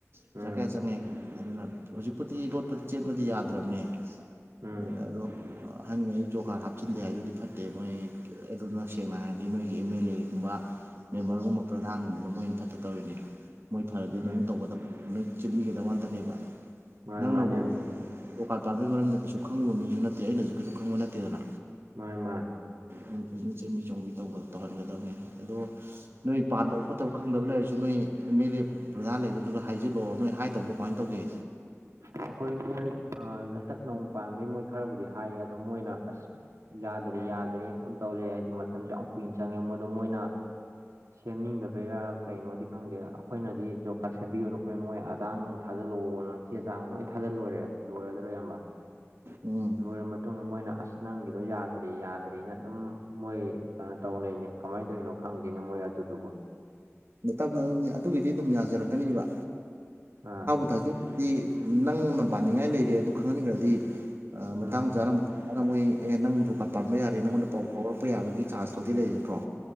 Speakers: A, on the right; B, on the right.
A: ꯄꯩꯁꯥ
B: ꯎꯝ
A: ꯀꯌꯥ ꯆꯪꯉꯦ ꯑꯗꯨꯅ ꯍꯧꯖꯤꯛꯄꯨꯗꯤ ꯂꯣꯠꯄꯗꯤ ꯆꯦꯟꯕꯗꯤ ꯌꯥꯗ꯭ꯔꯕꯅꯦ
B: ꯎꯝ
A: ꯑ ꯑꯗꯨ ꯑꯍꯥꯟ ꯈꯩ ꯖꯣꯞ ꯀꯥꯠ ꯍꯥꯞꯆꯤꯟꯗꯦ ꯍꯥꯏꯗꯨꯗꯤ ꯐꯠꯇꯦ ꯃꯣꯏ ꯑꯗꯨꯅ ꯁꯦꯡꯅ ꯍꯥꯏꯔꯗꯤ ꯅꯣꯏꯒꯤ ꯑꯦꯝ ꯑꯦꯜ ꯂꯩꯒꯨꯝꯕ ꯃꯦꯝꯕꯔꯒꯨꯝꯕ ꯄ꯭ꯔꯙꯥꯟꯒꯨꯝꯕꯗꯣ ꯃꯣꯏꯅ ꯐꯠꯇ ꯇꯧꯔꯤꯅꯦ ꯃꯣꯏ ꯐꯔꯗꯤ
B: ꯎꯝ
A: ꯅꯣꯏ ꯇꯧꯒꯗ ꯅꯣꯏ ꯆꯦꯟꯕꯤꯒꯗꯥꯕ ꯉꯛꯇꯅꯦꯕ
B: ꯃꯥꯅꯦ
A: ꯅꯪꯅꯕꯨ
B: ꯃꯥꯅꯦ
A: ꯖꫭꯕ ꯀꯥꯠ ꯄꯥꯕꯩ ꯃꯔꯝꯗ ꯀꯩꯁꯨ ꯈꯪꯉꯨꯕ ꯃꯤꯁꯨ ꯅꯠꯇꯦ ꯑꯩꯅꯁꯨ ꯀꯩꯁꯨ ꯈꯪꯕ ꯅꯠꯇꯦꯗꯅ
B: ꯃꯥꯏ ꯃꯥ
A: ꯅꯣꯏ ꯐꯖꯅ ꯆꯦꯟꯕꯤ ꯆꯣꯡꯕꯤ ꯇꯧꯍꯟꯒꯗꯕꯅꯤ ꯑꯗꯣ ꯅꯣꯏ ꯄꯥꯟꯗꯕ ꯈꯣꯠꯇꯕ ꯈꯪꯗꯕ ꯂꯩꯔꯁꯨ ꯅꯣꯏ ꯑꯦꯝ ꯑꯦꯜ ꯑꯦ ꯄ꯭ꯔꯙꯥꯜ ꯂꯩꯗꯨꯗ ꯍꯥꯏꯖꯤꯜꯂꯛꯑꯣ ꯅꯣꯏ ꯍꯥꯏꯗꯕ꯭ꯔꯣ ꯀꯃꯥꯏꯅ ꯇꯧꯒꯦ
B: ꯑꯩꯈꯣꯏ ꯃꯣꯏ ꯍꯇꯛ ꯅꯣꯡ ꯄꯥꯟꯕꯩ ꯃꯣꯏ ꯈꯔꯕꯨꯗꯤ ꯍꯥꯏꯌꯦ ꯑꯗꯣ ꯃꯣꯏꯅ ꯑꯁ ꯌꯥꯗꯔꯤ ꯌꯥꯗꯔꯤ ꯑꯃꯝ ꯇꯧꯔꯑꯦ ꯍꯥꯏꯗꯤ ꯃꯇꯝꯁꯨ ꯌꯥꯝ ꯀꯨꯏꯅ ꯆꯪꯉꯦ ꯃꯗ ꯃꯣꯏꯅ ꯁꯦꯝꯅꯤꯡꯗꯕꯩꯔꯥ ꯀꯩꯅꯣꯗꯤ ꯈꯪꯗꯦ ꯑꯩꯈꯣꯏꯅꯗꯤ ꯖꯣꯕ ꯀꯥꯔꯗ ꯁꯦꯝꯕꯤꯌꯨ ꯅꯈꯣꯏ ꯃꯣꯏ ꯑꯗꯥ ꯅꯨꯡ ꯊꯥꯖꯤꯜꯂꯛꯑꯣꯅ ꯆꯦ ꯆꯥꯡ ꯂꯣꯏ ꯊꯥꯖꯤꯜꯂ‌ꯣꯏꯔ‌ꯦ ꯂꯣꯏꯔꯗꯔ ꯏꯌꯝꯕ
A: ꯎꯝ
B: ꯂꯣꯏꯔ ꯃꯇꯨꯡꯗ ꯃꯣꯏꯅ ꯑꯁ ꯅꯪꯒꯤꯗꯣ ꯌꯥꯗ꯭ꯔꯤ ꯌꯥꯗ꯭ꯔꯤꯅ ꯑꯗꯨꯝ ꯃꯣꯏ ꯀꯩꯅꯣ ꯇꯧ ꯂꯩꯅꯦ ꯀꯃꯥꯏꯅ ꯇꯧꯔꯤꯅꯣ ꯈꯪꯗꯦꯅ ꯃꯣꯏ ꯑꯗꯨꯗꯨꯕꯨ
A: ꯇꯞꯅꯝ ꯑꯗꯨꯒꯤꯗꯤ ꯑꯗꯨꯝ ꯌꯥꯖꯔꯛꯀꯅꯤꯕ
B: ꯑꯥ
A: ꯊꯥꯖꯟꯗꯤ ꯅꯪꯅ ꯄꯥꯅꯤꯡꯉꯥꯏ ꯂꯩꯔꯦ ꯑꯗꯨ ꯈꯪꯍꯟꯈ꯭ꯔꯗꯤ ꯃꯇꯥꯡ
B: ꯎꯝ
A: ꯆꯥꯅ ꯑꯗ ꯃꯣꯏ ꯑꯦ ꯅꯪ ꯖꫭꯕ ꯀꯥꯠ ꯄꯥꯟꯕ ꯌꯥꯔꯦ ꯅꯪꯉꯣꯟꯗ ꯄꯥꯎ ꯐꯥꯎꯔꯛꯄ ꯌꯥꯕꯒꯤ ꯆꯥꯟꯁ ꯐꯥꯎꯗꯤ ꯂꯩꯔꯤ ꯅꯠꯇꯔꯣ